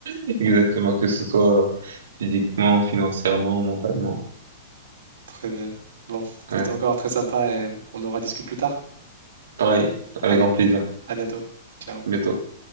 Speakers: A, on the right; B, on the right.
A: Exactement, que ce soit physiquement, financièrement, mentalement.
B: Très bien. Bon,
A: Ouais.
B: c'était encore très sympa et on en rediscute plus tard.
A: Pareil,
B: Allez,
A: avec grand plaisir.
B: à bientôt. Ciao.
A: À bientôt.